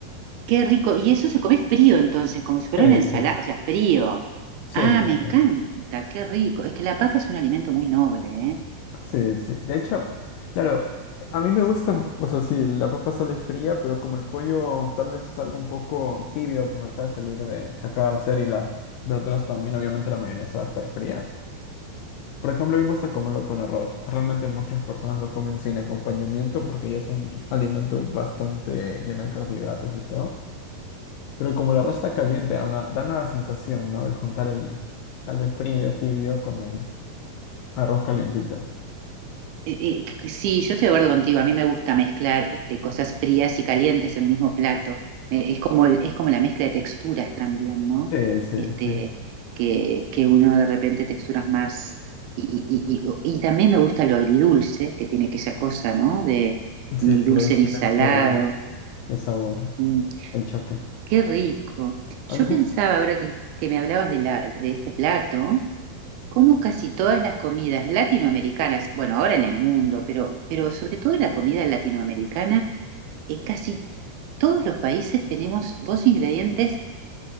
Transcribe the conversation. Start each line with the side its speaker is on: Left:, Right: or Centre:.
Right: qué rico. Y eso se come frío entonces, como si fuera
Left: Sí,
Right: una ensalada,
Left: sí,
Right: o sea, frío.
Left: sí,
Right: Ah,
Left: sí,
Right: me encanta, qué rico. Es que la papa es un alimento muy noble, ¿eh?
Left: sí, sí, sí. De hecho, claro, a mí me gusta, o sea, sí, la papa sale fría, pero como el pollo tal vez salga un poco tibio por acá de salir de, se acaba de hacer y las verduras también, obviamente la mayonesa va a estar fría. Por ejemplo, a mí me gusta comerlo con arroz. Realmente muchas personas lo comen sin acompañamiento porque ya es un alimento bastante lleno de carbohidratos y todo. Pero como el arroz está caliente, da una, da una sensación, ¿no? El juntar el tal vez frío, tibio con el arroz calientito.
Right: Eh, eh, Sí, yo estoy de acuerdo contigo. A mí me gusta mezclar este, cosas frías y calientes en el mismo plato. Eh, es como el- es como la mezcla de texturas también, ¿no?
Left: Sí, sí,
Right: Este,
Left: sí.
Right: que, que uno de repente texturas más. Y, y, y, y también me gusta lo agridulce, que tiene aquella cosa, ¿no? De
Left: Sí,
Right: ni
Left: es
Right: dulce
Left: la Mm, diferencia
Right: ni salado.
Left: de, de sabor,
Right: Mm,
Left: el choque.
Right: qué rico. Yo
Left: Algo,
Right: pensaba ahora que, que me hablabas de, la, de este plato. Como casi todas las comidas latinoamericanas, bueno, ahora en el mundo, pero, pero sobre todo en la comida latinoamericana, en casi todos los países tenemos dos ingredientes